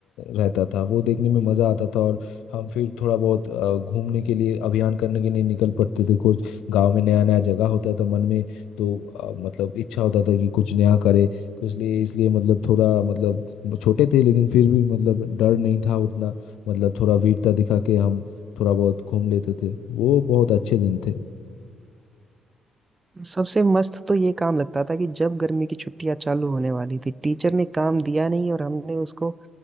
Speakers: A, on the left (about 80°); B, on the right (about 25°).
A: रहता था वो देखने में मजा आता था और हम फिर थोड़ा बहुत अ, घूमने के लिए अभियान करने के लिए निकल पड़ते थे कुछ गांव में नया नया जगह होता था मन में तो अ, मतलब इच्छा होता था कि कुछ नया करे तो इसलिए इसलिए मतलब थोड़ा मतलब ब- छोटे थे लेकिन फिर भी मतलब डर नहीं था उतना मतलब थोड़ा वीरता दिखा के हम थोड़ा बहुत घूम लेते थे वो बहुत अच्छे दिन थे
B: सबसे मस्त तो ये काम लगता था कि जब गर्मी की छुट्टियां चालू होने वाली थी टीचर ने काम दिया नहीं और हमने उसको